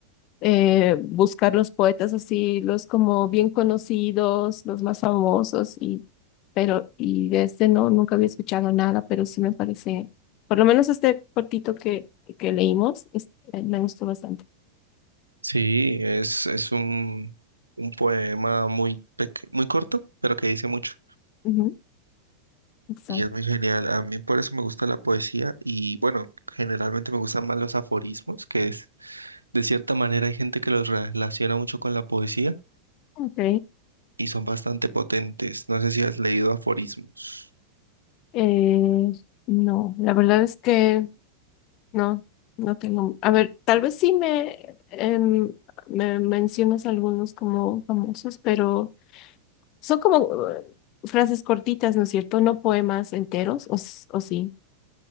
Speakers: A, on the left; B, on the right.
A: eh, buscar los poetas así, los como bien conocidos, los más famosos, y, pero, y de este no, nunca había escuchado nada, pero sí me parece, por lo menos este cortito que, que leímos, es- eh, me gustó bastante.
B: Sí, es, es un, un poema muy, peque- muy corto, pero que dice mucho.
A: Ujú, exacto.
B: Y es muy genial. A mí por eso me gusta la poesía y bueno, generalmente me gustan más los aforismos, que es, de cierta manera hay gente que los relaciona mucho con la poesía
A: Ok.
B: y son bastante potentes. No sé si has leído aforismos.
A: Eh, no, la verdad es que no, no tengo, a ver, tal vez sí me, em, me mencionas algunos como famosos, pero... Son como uh, frases cortitas, ¿no es cierto? No poemas enteros, o, s- o sí.